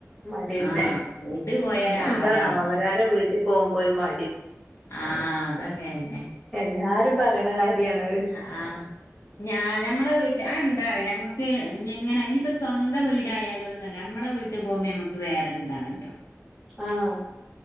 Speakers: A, in the centre; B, on the left (about 65°).
A: മടിന്നെ
B: ആഹ് വീട്ട് പോയൊരു
A: എന്താണാവോ
B: ആറലാണല്ലോ
A: അവ വേറെ വീട്ടിൽ പോകുമ്പോൾ ഒരു മ
B: ആഹ് അത് അങ്ങനെന്നെ
A: എല്ലാരും പറയണ കാര്യാണത്
B: ആഹ് ഞാ ഞമ്മെ വീട്ട ആ എന്താ അറിയില്ല നമ്മുക്ക് എങ്ങനെ ഇനിയിപ്പ സ്വന്തം വീടായാല് ഒന്നും ഇല്ല നമ്മളെ വീട്ട ട്ട് പോകുമ്പോ നമുക്ക് വേറൊ ഒരിതാണല്ലോ
A: ആഹ്